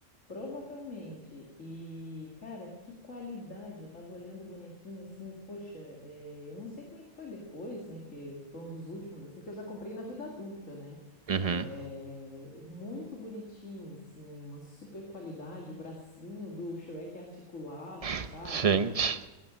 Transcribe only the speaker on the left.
Provavelmente. E, cara, que qualidade! Eu tava olhando o bonequinho assim, poxa, é, eu não sei como é que foi depois, né? Porque foi um dos últimos, assim, porque eu já comprei na vida adulta, né?
É, muito bonitinho, assim, uma super qualidade. O bracinho do Shrek é articulado,
sabe?